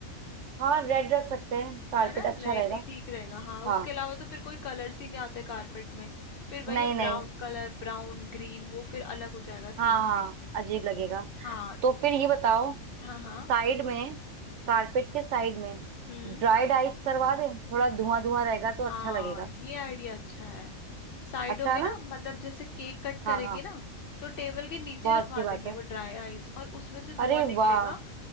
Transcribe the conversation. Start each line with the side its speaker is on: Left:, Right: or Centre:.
Right: हाँ रेड रख सकते हैं कारपेट
Left: है ना
Right: अच्छा
Left: रेड
Right: रहेगा
Left: ही ठीक रहेगा हाँ उसके
Right: हाँ
Left: अलावा तो फिर कोई कलर्स ही नहीं आते कारपेट में फिर वही
Right: नहीं
Left: है ब्राउन
Right: नहीं
Left: कलर ब्राउन ग्रीन वो फिर अलग हो जाएगा
Right: हाँ
Left: थीम
Right: हाँ
Left: से
Right: अजीब लगेगा
Left: हाँ
Right: तो फिर ये बताओ
Left: हाँ हाँ
Right: साइड में कारपेट के साइड में
Left: हम्म
Right: ड्राइड आइस करवा दें थोड़ा धुआं धुआं रहेगा तो अच्छा
Left: हाँ
Right: लगेगा
Left: ये आइडिया अच्छा है साइडों
Right: अच्छा
Left: में
Right: है
Left: ना
Right: ना
Left: मतलब जैसे केक कट करेंगे
Right: हाँ हाँ
Left: ना तो टेबल के नीचे
Right: बहुत
Left: रखवा
Right: अच्छी बात
Left: देंगे
Right: है
Left: वो ड्राई आइस और उसमें से धुआं
Right: अरे
Left: निकलेगा
Right: वाह